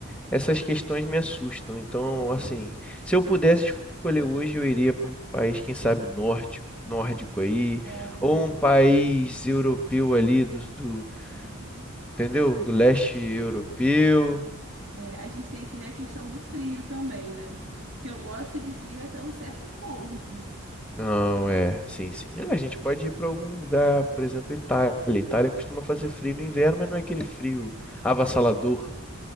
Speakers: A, in the centre; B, on the right.
A: essas questões me assustam. Então, assim, se eu pudesse escolher hoje, eu iria para um país, quem sabe, norte, nórdico aí,
B: É,
A: ou um país europeu ali do, do,
B: Uhum.
A: entendeu? Do leste europeu.
B: é, a gente tem que ver a questão do frio também, né? Porque eu gosto de frio até um certo ponto. <laughs>
A: Não, é, sim, sim. Ah, A gente pode ir para algum lugar, por exemplo, Itália. Itália costuma fazer frio no inverno, mas não é aquele frio avassalador.